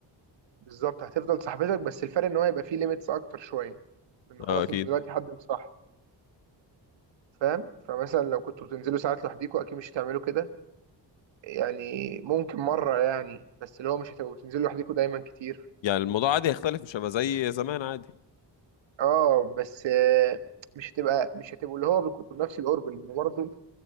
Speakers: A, on the right (about 80°); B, on the left (about 80°).
A: بالظبط هتفضل صاحبتك بس الفرق ان هو هيبقى فيه ليميتس اكتر شويه لان خلاص
B: اه اكيد
A: انت دلوقتي حد مصاحب فاهم فمثلا لو كنتوا بتنزلوا ساعات لوحديكوا اكيد مش هتعملوا كده يعني ممكن مره يعني بس اللي هو مش هتبقوا بتنزلوا لوحديكوا دايما كتير
B: يعني الموضوع عادي هيختلف مش هيبقى زي زمان عادي
A: اه بس آه، مش هتبقى مش هتبقوا اللي هو كنتوا بنفس القرب لان برضه